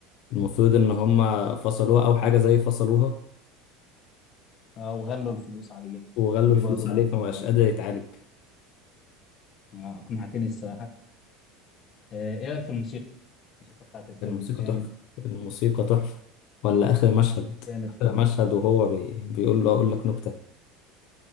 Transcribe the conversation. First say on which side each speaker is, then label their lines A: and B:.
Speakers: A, on the left; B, on the left.
A: المفروض ان هم فصلوها او حاجه زي فصلوها
B: آه، وغلوا الفلوس عليه
A: وغلوا
B: دي
A: الفلوس
B: برضه نقطة
A: عليه فمبقاش قادر يتعالج
B: آه، أقنعتني الصراحة آه، إيه رأيك في الموسيقى؟ الموسيقى بتاعت الفيلم
A: الموسيقى
B: كانت
A: تحفة الموسيقى تحفة ولا آخر مشهد
B: كانت
A: آخر
B: فظيعة
A: مشهد وهو بي... بيقول له أقول لك نكتة